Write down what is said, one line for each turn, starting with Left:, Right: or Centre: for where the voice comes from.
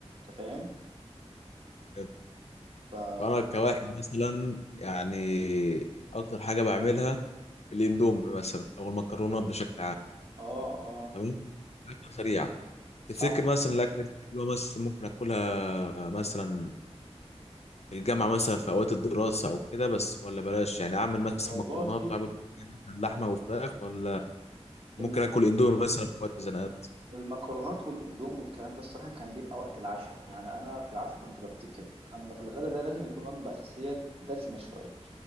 Right: انت فاهم
Left: حلو.
Right: ف اه
Left: انا كواحد مثلا يعني اكتر حاجه بعملها الاندومي مثلا او المكرونات بشكل عام
Right: اه
Left: تمام اكله سريعه تفتكر
Right: صح
Left: مثلا الاكله دي حلوه مثلا ممكن اكلها مثلا الجامعة مثلا في أوقات الدراسة أو كده بس ولا بلاش يعني أعمل مثلا
Right: والله
Left: مكرونات وأعمل مثلا لحمة وفراخ ولا ممكن
Right: ال- ال-
Left: آكل إندومي مثلا في وقت الزنقات
Right: المكرونات والاندومي والكلام ده الصراحة كان بيبقى وقت العشاء يعني انا في العشاء كنت ببتكر اما في الغدا ده لازم يكون وجبة اساسية دسمة شوية